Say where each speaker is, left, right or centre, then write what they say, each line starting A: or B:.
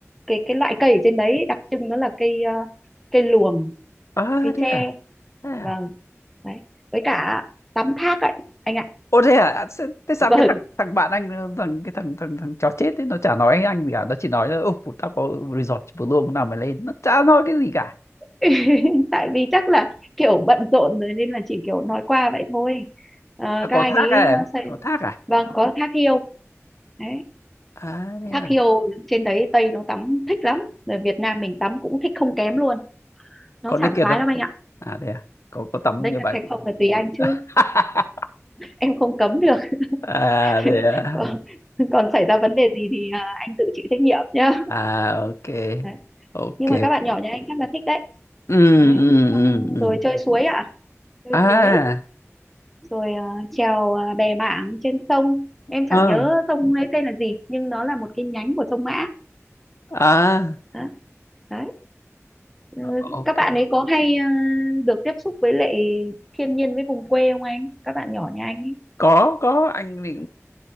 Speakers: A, in the centre; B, on the left.
A: cái cái loại cây ở trên đấy đặc trưng nó là cây ờ, cây luồng
B: à
A: cây
B: thế
A: tre
B: à thế à
A: vâng đấy với cả tắm thác ấy anh ạ
B: ô thế à À, thế, thế sao
A: vâng
B: cái thằng thằng bạn anh ờ, thằng cái thằng thằng thằng chó chết ấy nó chả nói anh gì cả nó chỉ nói là ô tao có resort vừa luôn nào mày lên nó chả nói cái gì cả
A: <laughs> tại vì chắc là kiểu bận rộn rồi nên là chỉ kiểu nói qua vậy thôi Ờ,
B: à,
A: các
B: có
A: anh
B: thác
A: ấy
B: à em
A: ờ, xây
B: có thác à
A: vâng có thác hiêu đấy
B: à thế
A: thác
B: à
A: hiêu trên đấy Tây nó tắm thích lắm rồi Việt Nam mình tắm cũng thích không kém luôn nó
B: có naked
A: sảng khoái
B: không
A: lắm anh ạ
B: à thế à có có tắm
A: đấy
B: như
A: thật
B: vậy
A: hay không là tùy anh chứ
B: <laughs>
A: em không cấm được
B: à
A: <laughs>
B: thế à
A: còn còn xảy ra vấn đề gì thì ờ, anh tự chịu trách nhiệm nhá
B: à ok
A: đấy.
B: ok
A: nhưng mà các bạn nhỏ nhà anh chắc là thích đấy
B: ừ
A: đấy
B: ừ
A: xong
B: ừ ừ. ừ.
A: rồi chơi suối ạ chơi
B: à
A: suối rồi ờ, chèo ờ, bè mảng trên sông em
B: ờ
A: chẳng nhớ sông ấy tên là gì nhưng nó là một cái nhánh của sông Mã
B: à
A: đó. đấy Ừ,
B: ok
A: các bạn ấy có hay ờ, được tiếp xúc với lại thiên nhiên với vùng quê không anh các bạn nhỏ nhà anh ấy
B: có có anh thì